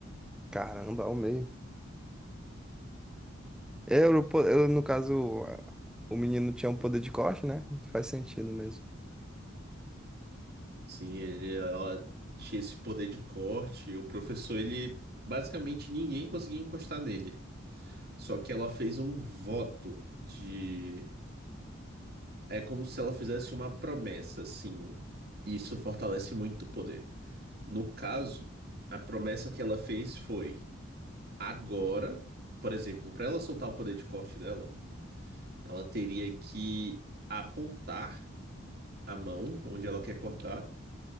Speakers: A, in the centre; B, on the right.
A: Caramba, ao meio. É, Eu, no po- eu, no caso, a- o menino tinha um poder de corte, né? Faz sentido mesmo.
B: Sim, ele, ela tinha esse poder de corte. O professor, ele basicamente ninguém conseguia encostar nele. Só que ela fez um voto de. É como se ela fizesse uma promessa, assim. Isso fortalece muito o poder. No caso, a promessa que ela fez foi: agora, por exemplo, para ela soltar o poder de corte dela, ela teria que apontar a mão onde ela quer cortar